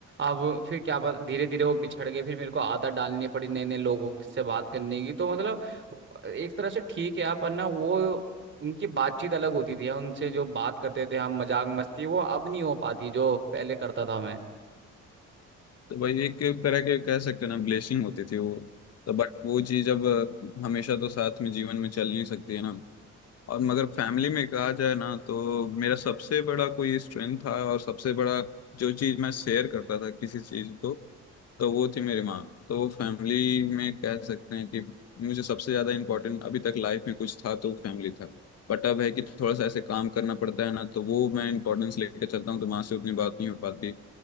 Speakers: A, on the right (about 40°); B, on the left (about 55°).
A: अब फिर क्या पता धीरे धीरे वो बिछड़ गए फिर मेरे को आदत डालनी पड़ी नए नए लोगों से बात करने की तो मतलब एक तरह से ठीक है यार, पर ना वो उनकी बातचीत अलग होती थी उनसे जो बात करते थे हम मजाक मस्ती वो अब नहीं हो पाती जो पहले करता था मैं
B: तो वही एक तरह के कह सकते हो ना ब्लेसिंग होती थी वो तो बट वो चीज अब हमेशा तो साथ में जीवन में चल नहीं सकती है ना और मगर फैमिली में कहा जाए ना तो मेरा सबसे बड़ा कोई स्ट्रेंथ था और सबसे बड़ा जो चीज़ मैं शेयर करता था किसी चीज़ को तो वो थी मेरी माँ तो वो फैमिली में कह सकते हैं कि मुझे सबसे ज़्यादा इम्पोर्टेंट अभी तक लाइफ में कुछ था तो वो फैमिली था बट अब है कि थोड़ा सा ऐसे काम करना पड़ता है ना तो वो मैं इंपॉर्टेंस लेके चलता हूँ तो माँ से उतनी बात नहीं हो पाती